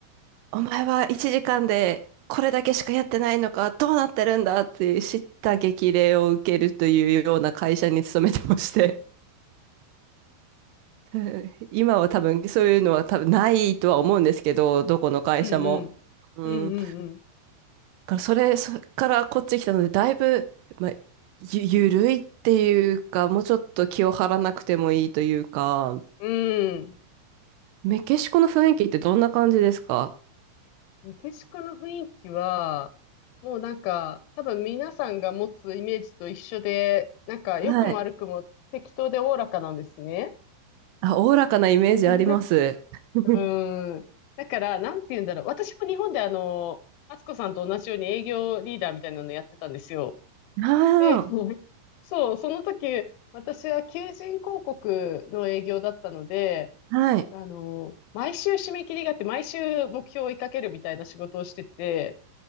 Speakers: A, on the right (about 80°); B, on the left (about 85°).
A: お前は1時間でこれだけしかやってないのか、どうなってるんだって叱咤激励を受けるというような会社に勤めてまして、<laughs> うん今は多分そういうのは多分ないとは思うんですけど、どこの会社も。
B: うんうん。
A: うん
B: うんうん
A: からそれ、それからこっち来たので、だいぶ、まあ、ゆ、ゆるいっていうか、もうちょっと気を張らなくてもいいというか、
B: うん。うん。
A: メキシコの雰囲気ってどんな感じですか
B: メキシコの雰囲気は、もうなんか、多分皆さんが持つイメージと一緒で、なんか、良くも悪くも適当でおおらかなんですね。
A: はい。あ、おおらかなイメージあります。
B: うん。
A: <laughs>
B: うんだから、なんて言うんだろう。私も日本であの、敦子さんと同じように営業リーダーみたいなのやってたんですよ。
A: あ
B: で、そう、その時、私は求人広告の営業だったので、
A: あ、はい。
B: あの、毎週締め切りがあって、毎週目標を追いかけるみたいな仕事をしてて、